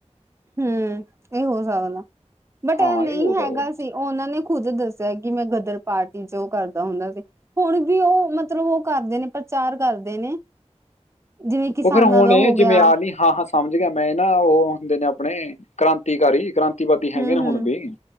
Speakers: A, on the right; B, on the left.
A: ਹੂੰ ਇਹ ਹੋ ਸਕਦਾ ਬਟ
B: ਹਾਂ
A: ਇਹ ਨਹੀਂ
B: ਹੋ ਸਕਦਾ
A: ਹੈਗਾ ਸੀ। ਉਹਨਾਂ ਨੇ ਖੁੱਦ ਦੱਸਿਆ ਕਿ ਮੈਂ ਗਦਰ ਪਾਰਟੀ ਚ ਉਹ ਕਰਦਾ ਹੁੰਦਾ ਸੀ। ਹੁਣ ਵੀ ਉਹ ਮਤਲਬ ਉਹ ਕਰਦੇ ਨੇ ਪ੍ਰਚਾਰ ਕਰਦੇ ਨੇ। ਜਿਵੇਂ ਕਿਸਾਨਾਂ
B: ਉਹ ਫੇਰ ਹੁਣ
A: ਦਾ
B: ਏ
A: ਹੋ
B: ਜਿਵੇਂ
A: ਗਿਆ
B: ਆ ਨੀ ਹਾ ਹਾ। ਸਮਝ ਗਿਆ ਮੈਂ ਨਾ ਉਹ ਹੁੰਦੇ ਨੇ ਆਪਣੇ ਕ੍ਰਾਂਤੀਕਾਰੀ ਕ੍ਰਾਂਤੀ। ਖੇਤੀਵਾਦੀ ਹੈਗੇ
A: ਹੂੰ
B: ਨਾ
A: ਹੂੰ
B: ਹੁਣ ਬੀ